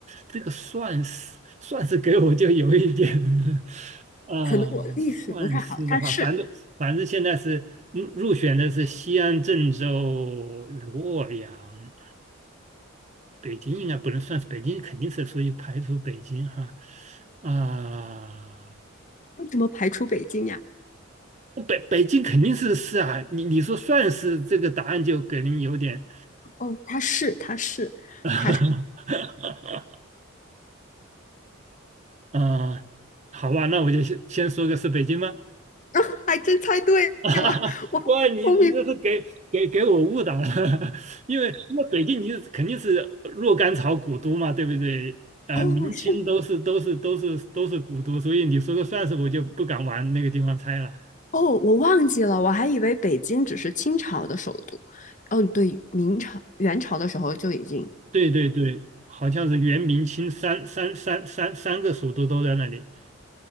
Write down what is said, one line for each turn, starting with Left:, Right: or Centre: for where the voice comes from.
Right: 这个算是算是给我就有一点 <laughs> 啊，
Left: 可能我历史不太好，
Right: 算是的话，
Left: 它是
Right: 反正反正现在是入入选的是西安、郑州、洛阳、北京，应该不能算是北京，肯定是属于排除北京哈啊。
Left: 为什么排除北京呀？
Right: 北北京肯定是是啊，你你说算是这个答案就给人有点，
Left: 哦，它是，它是，
Right: <laughs>
Left: 它是，
Right: 嗯，好吧，那我就先先说个是北京吗？
Left: <laughs> 啊，还真猜对了，
Right: <laughs>
Left: 我好聪明。
Right: 哇，你你这是给给给我误导了，<laughs> 因为那北京你肯定是若干朝古都嘛，对不对？呃，
Left: 哦，
Right: 明清都是都是都是都是古都，
Left: 是，
Right: 所以你说个算是我就不敢往那个地方猜了。
Left: 哦，我忘记了，我还以为北京只是清朝的首都。哦，对，明朝、元朝的时候就已经。
Right: 对对对，好像是元明清三三三三三个蜀都都在那里。